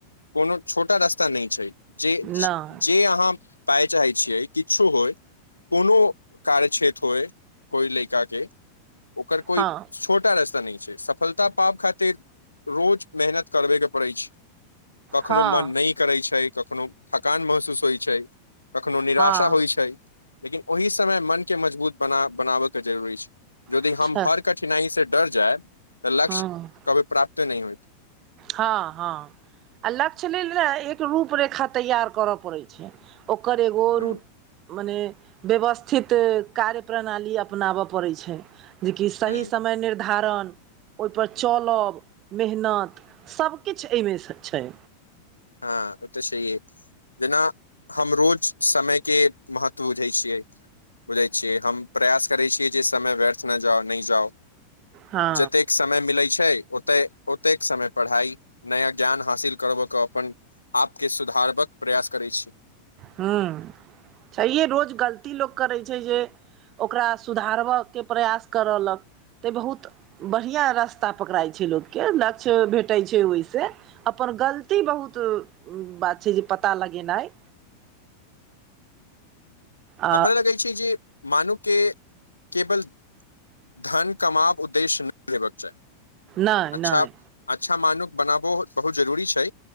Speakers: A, on the left; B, on the right.
A: कोनो छोटा रास्ता नय छै जे
B: नहि
A: जे अहाँ पाय चाहै छियै किछु होय कोनो कार्य क्षेत्र थोय कोइ लैका के ओकर कोइ
B: हँ
A: छोटा रास्ता नय छै सब फलता पाब खातिर रोज मेहनत करबे के पड़ै छै कखनो
B: हँ
A: मन नय करै छै कखनो थकान महसूस होइ छै कखनो निराशा
B: हँ
A: होइ छै। लेकिन ओहि समय मनके मजबूत बना बनाबयके जरूरी छै। यदि
B: अच्छा
A: हम हर कठिनाइसँ डर जाय तऽ लक्ष्य
B: हँ
A: कभी प्राप्ते नहि होयत।
B: हँ हँ आ लक्ष्य लेल ने एक रूप रेखा तैयार करऽ पड़ै छै। ओकर एगो
A: ह
B: रुप। मने व्यवस्थित कार्य प्रणाली अपनाब पड़ै छै। जेकि सही
A: हँ
B: समय निर्धारण ओहिपर चलब मेहनत। सभकिछ एहिमे सऽ छै।
A: हँ ओ तऽ छैये जेना हम रोज समयके महत्व बुझै छियै बुझै छियै हम प्रयास करै छियै जे समय व्यर्थ ना जाउ नय जाओ
B: हँ
A: जतेक समय मिलै छै ओतय ओतेक समय पढ़ाइ नया ज्ञान हासिल करबय के। अपन आपके सुधारबक प्रयास करै छी।
B: हँ छैहे रोज गलती लोक करै छै जे। ओकरा सुधारब के प्रयास करयलक तऽ बहुत। बढ़ियाँ रास्ता पकड़ाइ छै लोकके लक्ष्य भेटै छै ओहिसँ अपन गल ती बहुत बात छै जे पता लगेनाइ आ
A: हमरा लगै छै जे मानू के केवल धन कमाव उद्देश्य नय हेबक चाही
B: नहि
A: अच्छा
B: नहि
A: अच्छा मानुक बनाबो बहुत जरूरी छै